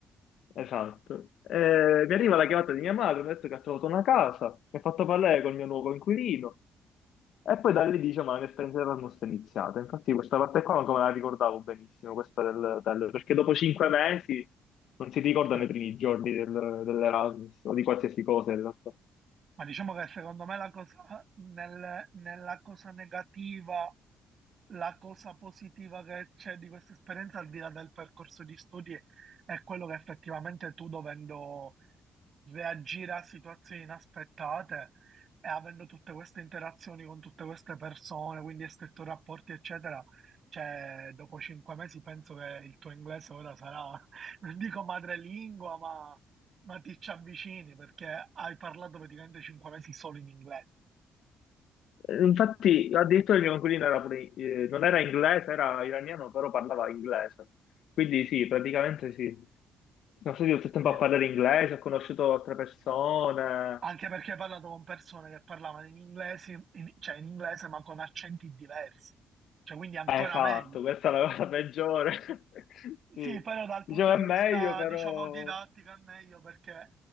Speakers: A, on the left (about 75°); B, on the right (about 50°).
A: Esatto. Eh, mi arriva la chiamata di mia madre, mi ha detto che ha trovato una casa, mi ha fatto parlare col mio nuovo inquilino e poi da lì dice ma l'esperienza Erasmus è iniziata. Infatti questa parte qua non me la ricordavo benissimo, questa dell'hotel, perché dopo 5 mesi non si ricordano
B: Ok.
A: i primi giorni del- dell'Erasmus o di qualsiasi cosa in realtà.
B: Ma diciamo che secondo me la cosa, nel- nella cosa negativa, la cosa positiva che c'è di questa esperienza, al di là del percorso di studi, è quello che effettivamente tu dovendo reagire a situazioni inaspettate e avendo tutte queste interazioni con tutte queste persone, quindi stretto rapporti, eccetera. Cioè, dopo cinque mesi penso che il tuo inglese ora sarà, <laughs> non dico madrelingua, ma, ma ti ci avvicini perché hai parlato praticamente cinque mesi solo in inglese.
A: Infatti, addirittura il mio coinquilino era pure, eh, non era inglese, era iraniano, però parlava inglese. Quindi sì, praticamente sì. Sono stato tutto il tempo
B: Sì.
A: a parlare inglese, ho conosciuto altre persone.
B: Anche perché hai parlato con persone che parlavano in inglese, in- cioè in inglese, ma con accenti diversi. Cioè, quindi ancora
A: Eh, Esatto,
B: meglio.
A: questa è la cosa peggiore. <laughs>
B: Sì,
A: Sì.
B: però dal punto
A: Dicevo
B: di
A: è meglio,
B: vista,
A: però...
B: diciamo, didattico è meglio perché